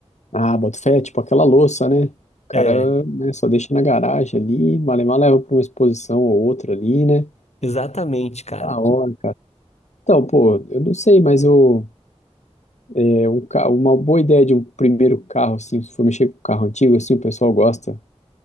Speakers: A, on the left; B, on the left.
A: Ah, boto fé, é tipo aquela louça, né? O
B: É,
A: cara, né, só deixa na garagem ali, malemar leva pra uma exposição ou outra ali, né?
B: exatamente, cara.
A: Da hora, cara. Então, pô, eu não sei, mas eu. É um carro, uma boa ideia de um primeiro carro, assim, se for mexer com carro antigo, assim, o pessoal gosta